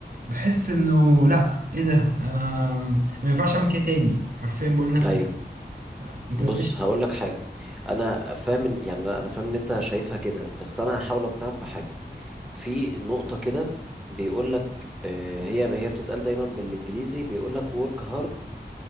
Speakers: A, on the right; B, in the centre.
A: بحس انه لا ايه ده انا ما ينفعش اعمل كده تاني حرفيا بقول لنفسي
B: ايوه
A: كده، انت
B: بص
A: ازاي شايف-
B: هقول لك حاجه انا فاهم إن- يعني انا فاهم ان انت شايفها كده بس انا هحاول اقنعك بحاجه في نقطه كده بيقول لك آه، هي هي بتتقال دايما بالانجليزي بيقول لك work hard